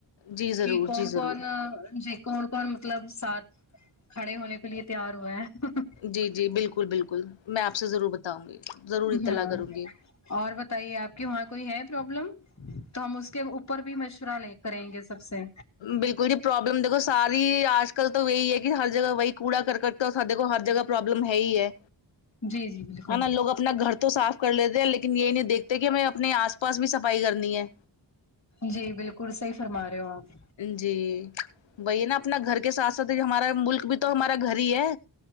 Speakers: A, on the left; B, on the left.
A: جی ضرور
B: کہ کون
A: جی ضرور
B: کون ج کون کون مطلب ساتھ کھڑے ہونے کے لیے تیار ہوئے ہیں
A: جی جی بالکل بالکل میں آپ سے ضرور بتاؤں گی ضرور
B: ہاں
A: اطلاع کروں گی
B: اور بتائیے آپ کے وہاں کوئی ہے پرابلم تو ہم اس کے اوپر بھی مشورہ لے کریں گے سب سے
A: بل کو پروابلم دیکھو ساری آج کل تو یہی ہے کہ ہر جگہ وہی کوڑا کرکٹ تو سدے کو ہر جگہ پروابلم ہے ہی ہے
B: جی جی بالکل
A: نا لوگ اپنا گھر تو صاف کر لیتے ہیں لیکن یہ نہیں دیکھتے کہ ہمیں اپنے آس پاس بھی صفائی کرنی ہے
B: جی بالکل صحیح فرما رہے ہو آپ
A: جی وہی نا اپنا گھر کے ساتھ ساتھ ہمارا ملک بھی تو ہمارا گھر ہی ہے